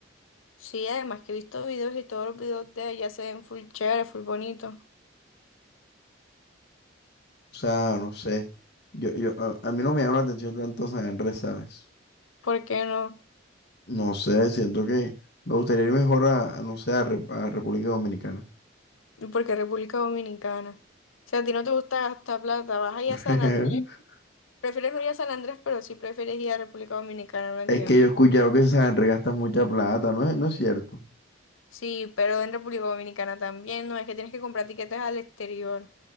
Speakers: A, on the left (about 80°); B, on the left (about 55°).
A: Sí, además que he visto videos y todos los videos de allá se ven full chévere, full bonito.
B: O sea, no sé. Yo, yo, a, a mí no me llama la atención tanto San Andrés, ¿sabes?
A: ¿Por qué no?
B: No sé, siento que me gustaría ir mejor a, a, no sé, a, Re- a República Dominicana.
A: Porque República Dominicana. Si a ti no te gusta gastar plata, vas allá
B: <laughs>
A: a San Andrés. Prefieres no ir a San Andrés, pero sí prefieres ir a República Dominicana, no entiendo.
B: Es que yo he escuchado que en San Andrés gastas mucha plata, ¿no es, no es cierto?
A: Sí, pero en República Dominicana también, no es que tienes que comprar tiquetes al exterior.